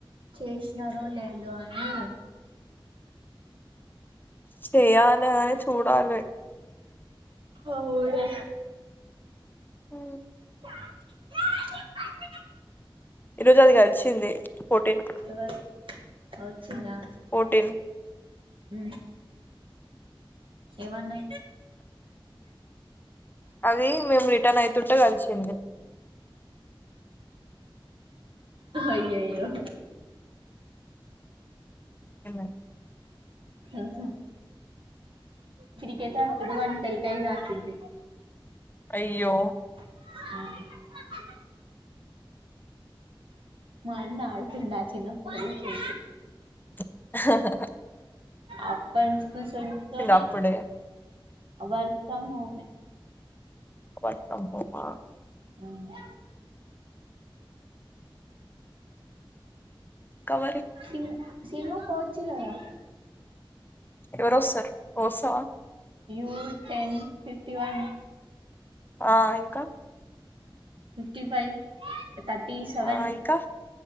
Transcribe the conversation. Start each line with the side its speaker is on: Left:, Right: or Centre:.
Right: చేసినారో లేదో అని <inaudible>
Left: చెయాలే అ చూడాలే
Right: అవునే
Left: హ
Right: <inaudible>
Left: ఈరోజు అది కలిసింది పోటీన్
Right: ఎవరు వచ్చిందా
Left: ఫోటీన్
Right: ఉ ఎవన్నా
Left: అది మేము రిటర్న్ అయితుంటే కలిసింది
Right: అయ్యయ్యో
Left: ఎవ
Right: అహు కిరికేట్ ఆతుడు వంత తెలి కైదిఆడుతుంది.
Left: అయ్యో
Right: అ మన్న అడుతుంద చిన్నప్పుడు అయితే
Left: అహ్హ్హ్
Right: అప్పన్చి కోసోంటోనే
Left: అప్పుడే
Right: వర్క్ ఫ్రమ్ హోమె
Left: వర్క్ ఫ్రమ్ హోమా
Right: అవును
Left: ఇంకా మరి
Right: సిమ్ సిన్ను కొచ్చిల్లారా
Left: ఎవరు వస్సారు నువ్ వస్సావా?
Right: ఏ ఊరు టెన్ ఫిఫ్టీ వన్
Left: ఆ ఇంకా
Right: ఫిఫ్టీ పై థర్టీ సెవెన్
Left: ఆ ఇంకా